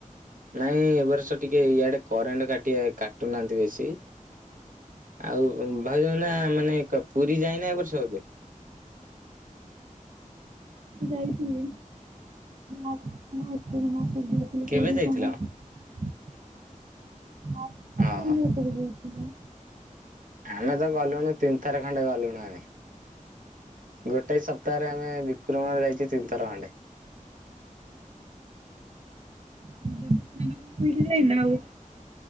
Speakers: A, on the right; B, on the right.
A: ନାଇଁ ଏବର୍ଷ ଟିକେ ଇଆଡ଼େ କରେଣ୍ଟ କରେଣ୍ଟେ କାଟି କାଟୁନାହାନ୍ତି ବେଶୀ। ଆଉ ଭାଉଜ ଏଇନା ମାନେ କ ପୁରୀ ଯାଇନା ଏବର୍ଷ ଏବେ?
B: ଯାଇଥିଲି ଙ୍କ ଯାଇଥିଲି <unintelligible> ପୁରୀ,
A: କେବେ ଯାଇଥିଲ?
B: କୋଣାର୍କ <unintelligible>
A: ଓହୋ
B: କରି ରଥିଲି।
A: ଆମେତ ଗଲୁଣୁ ତିନିଥର ଖଣ୍ଡେ ଗଲୁଣୁ ଆମେ। ଗୋଟେ ସପ୍ତାହରେ ଆମେ ବିକୁର ମୋର ଯାଇଚୁ ତିନିଥର ଖଣ୍ଡେ।
B: ଆଉ ଦେବସ୍ନାନ ପୂର୍ଣ୍ଣିମାକୁ ପୁରୀ ଯାଇନ ଆଉ?